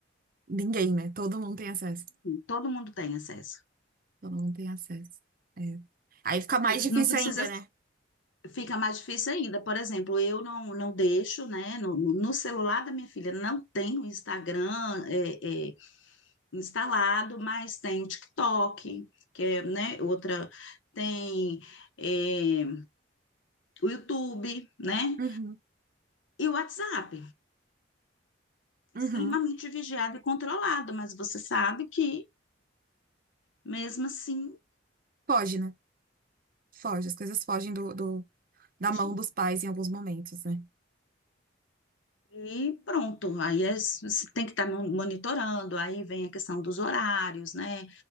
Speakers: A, on the right; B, on the left.
A: Ninguém, né? Todo mundo tem acesso.
B: Todo mundo tem acesso.
A: Todo mundo tem acesso. É. Aí fica mais difícil
B: Não precisa
A: ainda, né?
B: Fica mais difícil ainda. Por exemplo, eu não, não deixo, né? No, no celular da minha filha não tem o Instagram é, é, instalado, mas tem o TikTok, que é, né, outra. Tem é, o YouTube, né?
A: Uhum,
B: E o WhatsApp. Extremamente
A: uhum.
B: vigiado e controlado, mas você sabe que, mesmo assim,
A: Foge, né? Foge. As coisas fogem do, do- da
B: hoje,
A: mão dos pais em alguns momentos, né?
B: e pronto, aí é- você tem que estar monitorando, aí vem a questão dos horários, né?